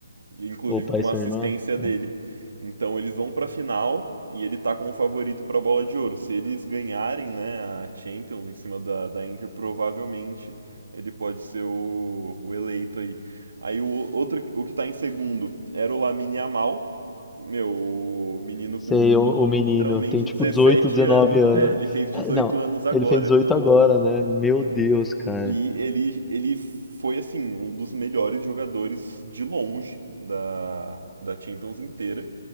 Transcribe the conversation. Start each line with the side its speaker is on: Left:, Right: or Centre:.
Right: inclusive
Centre: O Paris
Right: com uma
Centre: Saint-Germain?
Right: assistência
Centre: Tá.
Right: dele. Então eles vão para a final e ele está como favorito para a bola de ouro. Se eles ganharem, né, a Champions em cima da, da Inter, provavelmente ele pode ser o, o eleito aí. Aí o outro, o que está em segundo era o Lamine Yamal, meu, o menino
Centre: Sei,
Right: com
Centre: o, o menino
Right: literalmente
Centre: tem tipo
Right: 17
Centre: 18, 19
Right: anos.
Centre: anos.
Right: É, ele fez 18
Centre: É, Não,
Right: anos agora.
Centre: ele fez 18 agora, né? Meu Deus, cara.
Right: E ele, ele foi, assim, um dos melhores jogadores de longe da, da Champions inteira.